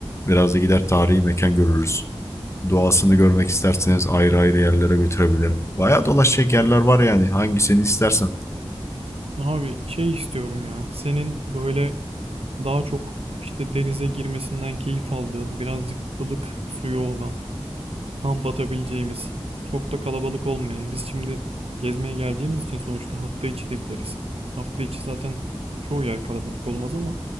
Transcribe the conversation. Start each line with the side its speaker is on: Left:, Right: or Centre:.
Left: Biraz da gider tarihi mekan görürüz. Doğasını görmek isterseniz ayrı ayrı yerlere götürebilirim. Bayağı dolaşacak yerler var yani hangisini istersen.
Right: Abi şey istiyorum ya. Senin böyle daha çok işte denize girmesinden keyif aldığın, birazcık ılık suyu olan kamp atabileceğimiz, çok da kalabalık olmayan. Biz şimdi gezmeye geleceğimiz için sonuçta hafta içi de gideriz. Hafta içi zaten çoğu yer kalabalık olmaz ama